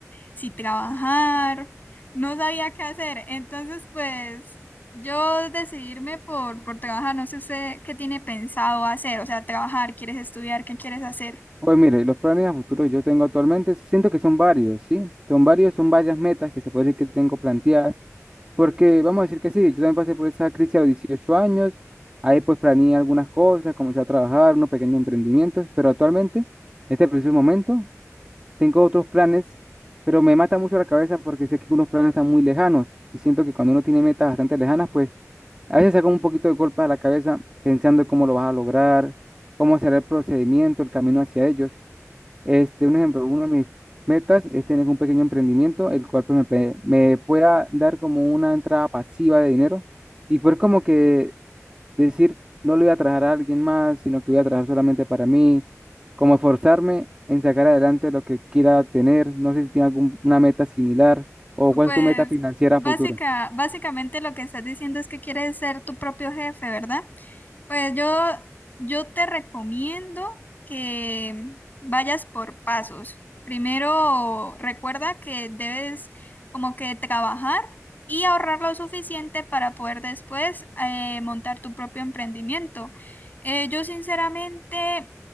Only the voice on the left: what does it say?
si trabajar, no sabía qué hacer. Entonces, pues yo decidirme por, por trabajar, no sé usted qué tiene pensado hacer, o sea, trabajar, ¿quieres estudiar? ¿Qué quieres hacer?
Pues
básica,
básicamente lo que estás diciendo es que quieres ser tu propio jefe, ¿verdad? Pues yo, yo te recomiendo que vayas por pasos. Primero, recuerda que debes como que trabajar y ahorrar lo suficiente para poder después eh, montar tu propio emprendimiento. Eh, yo sinceramente